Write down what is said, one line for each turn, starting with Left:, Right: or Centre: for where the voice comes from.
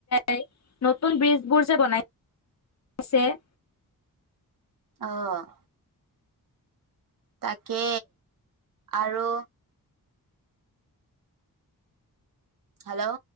Left: নাই নতুন বীজবোৰ যে বনাইছে <unintelligible>
Right: অহ ', তাকে আৰু হেল্ল',